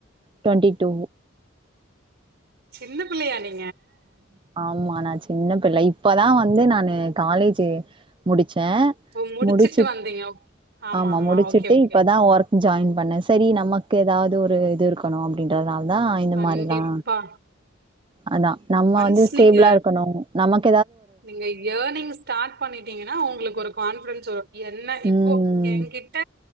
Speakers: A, on the right (about 25°); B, on the right (about 55°).
A: டுவன்டி டூ
B: சின்ன பிள்ளயா நீ
A: ஆமா நா சின்ன பிள்ளை இப்பதா வந்து நானு காலேஜு முடிச் ச
B: ஓ! முடிச்சுட்டு
A: முடுச்சுட்
B: வந்தீங்க. ஓ ஆமாமா.
A: ஆமா முடுச்சுட்டு
B: ஓகே, ஓகே.
A: இப்பதா ஒர்க் ஜாயின் பண்ண செரி நமக்கு ஏதாவ்து ஒரு இது இருக்கணு அப்டின்றதுனால தா இந்த
B: கண்டிப்பா.
A: மாரிலா அதா நம்ம
B: ஒன்ஸ்
A: வந்து ஸ்டேப்ளா
B: நீங்க
A: இருக்கணு நமக்
B: நீங்க இயேனிங் ஸ்டார்ட் பண்ணிடீங்கனா உங்ளுக் ஒரு கான்பிடன்ஸ் வரு என்ன இப்போ
A: ம்
B: எங்கிட்ட